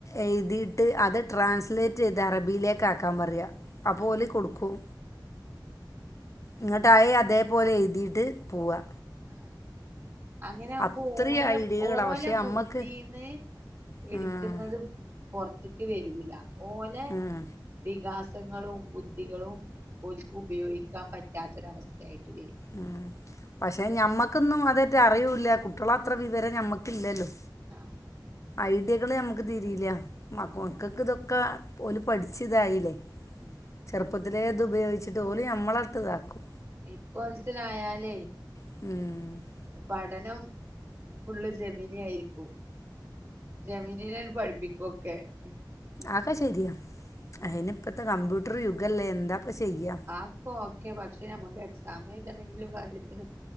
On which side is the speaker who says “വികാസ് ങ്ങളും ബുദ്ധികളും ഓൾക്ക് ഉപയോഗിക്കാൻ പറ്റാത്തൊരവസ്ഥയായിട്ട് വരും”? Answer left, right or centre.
Right